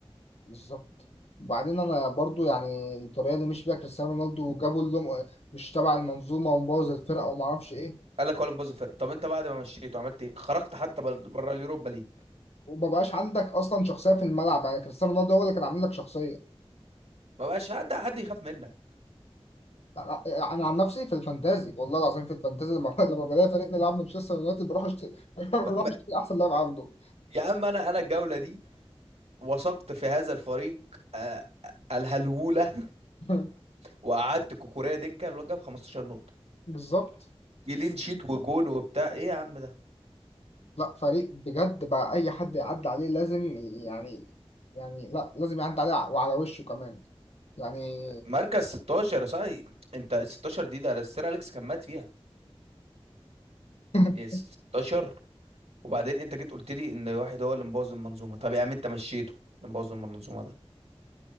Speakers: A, on the left; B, on the right.
A: بالظبط وبعدين انا برضو يعني الطريقة اللي مشي بيها كريستيانو رونالدو وجابوا اللي مش تبع المنظومة ومبوظ الفرقة وما اعرفش ايه
B: قال لك ولا مبوظ الفرقه طب انت بعد ما مشيته عملت ايه خرجت حتى بره اليوروبا ليج
A: ومبقاش عندك اصلا شخصية في الملعب يعني كريستيانو رونالدو هو اللي كان عامل لك شخصية
B: ما بقاش عندك حد يخاف منك
A: لا- لا، انا عن نفسي في الفانتازي والله العظيم في الفانتازي لما <laughs> لما بلاقي فريق بيلعب مانشستر يونايتد بروح اشتري <laughs> بروح
B: ما ما
A: اشتري احسن لاعب عنده
B: يا عم انا انا الجوله دي وثقت في هذا الفريق آه، آه، الهلوله
A: <laughs>
B: وقعدت كوكوريا دكه الواد جاب 15 نقطه
A: بالظبط
B: كلين شيت وجون وبتاع ايه يا عم ده
A: لا فريق بجد بقى اي حد يعدي عليه لازم يعني يعني لا لازم يعدي عليه وعلى وشه كمان يعني
B: مركز 16 يا صاحبي انت ال 16 دي ده السير اليكس كان مات فيها
A: <laughs>
B: يا 16 وبعدين انت جيت قلت لي ان واحد هو اللي مبوظ المنظومه طب يا عم انت مشيته اللي مبوظ المنظومه ده